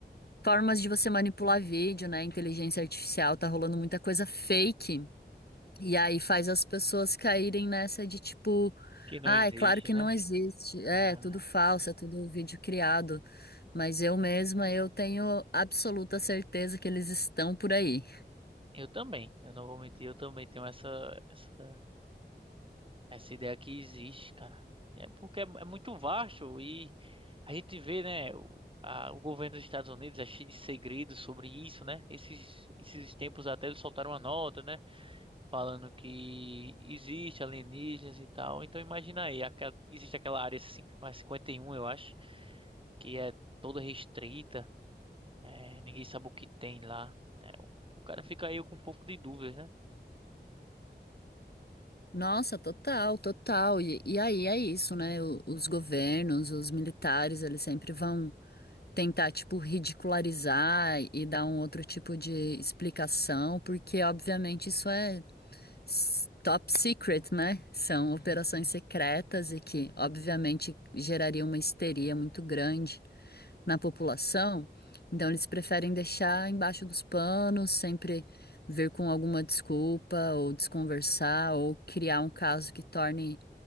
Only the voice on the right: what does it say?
que não
existe,
né?
Ah,
eu também, eu não vou mentir, eu também tenho essa, essa Essa ideia aqui existe, cara. É porque é, é muito vasto e a gente vê, né, o, a- o governo dos Estados Unidos é cheio de segredos sobre isso, né? Esses, esses tempos até eles soltaram uma nota, né, falando que existe alienígenas e tal. Então imagina aí, aqua- existe aquela área cin- a 51, eu acho, que é toda restrita, é, ninguém sabe o que tem lá. né? o, o cara fica aí com um pouco de dúvidas, né?